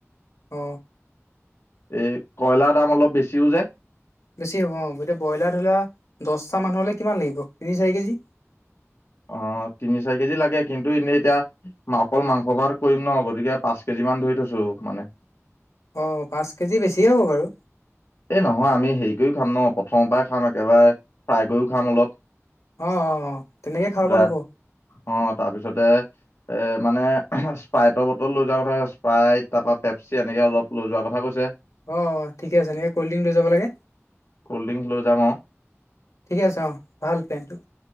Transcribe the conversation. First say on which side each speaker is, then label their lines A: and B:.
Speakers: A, on the left; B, on the left.
A: অ
B: এই কয়লাৰ দাম অলপ বেছিও যে।
A: বেছি হ'ব অ', গতিকে ব্ৰইলাৰ ধৰা দহটা মানুহলৈ কিমান লাগিব তিনি চাৰি কেজি।
B: অ', তিনি চাৰি কেজি লাগে কিন্তু এনেই এতিয়া অকল মাংস ভাত কৰিম ন', গতিকে পাঁচ কেজি মান ধৰি থৈছো মানে।
A: অ', পাঁচ কেজি বেছিয়ে হ'ব বাৰু।
B: এই নহয় আমি হেৰি কৰিও খাম ন', প্ৰথমৰ পৰা খাম একেবাৰে ফ্ৰাই কৰিও খাম অলপ।
A: অ', অ', অ', তেনেকে খাব
B: ড্ৰাই
A: পৰা হ'ব।
B: অ', তাৰপিছতে এ মানে স্পাইটৰ বটল লৈ যোৱা কথা, স্পাইট তাৰপৰা পেপচি এনেকে অলপ লৈ যোৱাৰ কথা কৈছে।
A: অ', ঠিকে আছে এনেকে কলড্ৰিংক লৈ যাব লাগে।
B: কল্ড ড্ৰিংক লৈ যাম অ'
A: ঠিকে আছে অ ভাল প্লেনটো